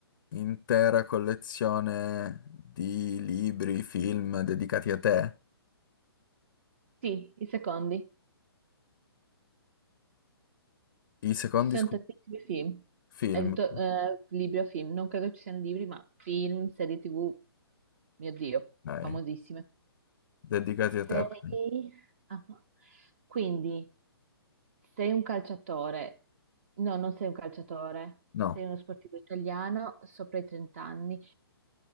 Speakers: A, on the left; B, on the right.
A: intera collezione di libri, film dedicati a te.
B: Sì, i secondi.
A: I secondi
B: Ci sono
A: scu-
B: tantissimi film.
A: film,
B: Hai detto eh, libri o film, non credo ci siano libri, ma film, serie TV, mio Dio,
A: dai,
B: famosissime.
A: dedicati a
B: Sei...
A: te. ok.
B: ah, Quindi sei un calciatore, no, non sei un calciatore,
A: No,
B: sei uno sportivo italiano sopra i 30 anni,